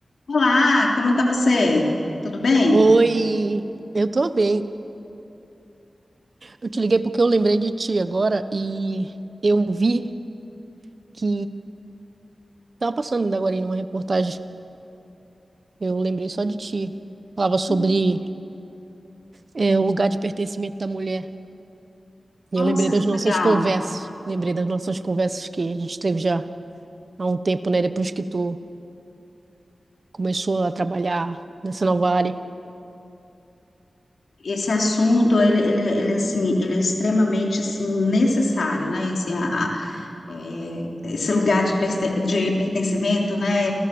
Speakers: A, on the left; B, on the right.
A: Olá, como está você? Tudo bem?
B: Oi, eu tô bem. Eu te liguei porque eu lembrei de ti agora e eu vi que tava passando agora aí numa reportagem. Eu lembrei só de ti. Falava sobre
A: Hum,
B: é, o lugar de pertencimento da mulher. E
A: Nossa,
B: eu lembrei das
A: que
B: nossas
A: legal.
B: conversas. Lembrei das nossas conversas que a gente teve já há um tempo, né? Depois que tu começou a trabalhar nessa nova área.
A: Esse assunto, ele, ele, ele, assim, ele é extremamente, assim, necessário, né? Assim, a- a- é, esse lugar de, perce- de pertencimento, né?